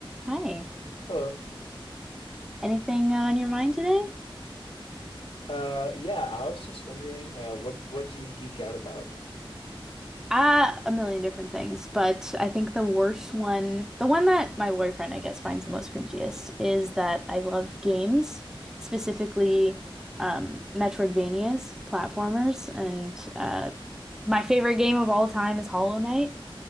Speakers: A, in the centre; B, on the left.
A: Hi.
B: Hello.
A: Anything on your mind today?
B: Uh, yeah, I was just wondering, uh, what what do you geek out about?
A: Ah, a million different things, but I think the worst one, the one that my boyfriend, I guess, finds the most cringiest is that I love games, specifically um, Metroidvanias, platformers, and uh, my favorite game of all time is Hollow Knight.